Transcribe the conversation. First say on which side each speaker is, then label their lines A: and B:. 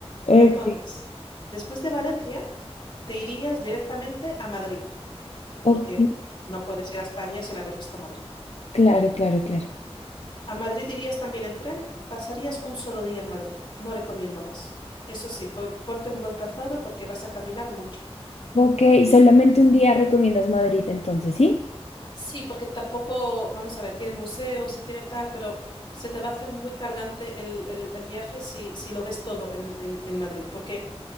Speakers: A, on the left (about 75°); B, on the left (about 45°).
A: Ok,
B: Entonces, después de Valencia, te irías directamente a Madrid,
A: ok.
B: porque no puedes ir a España sin haber visto Madrid.
A: Claro, claro, claro.
B: A Madrid irías también en tren y pasarías un solo día en Madrid. No recomiendo más. Eso sí, pon- ponte un buen calzado porque vas a caminar mucho.
A: Ok, solamente un día recomiendas Madrid entonces, ¿sí?
B: Sí, porque tampoco, vamos a ver, tiene museos y tiene tal, pero se te va a hacer muy cargante el, el- el viaje si, si lo ves todo en, en- en Madrid, porque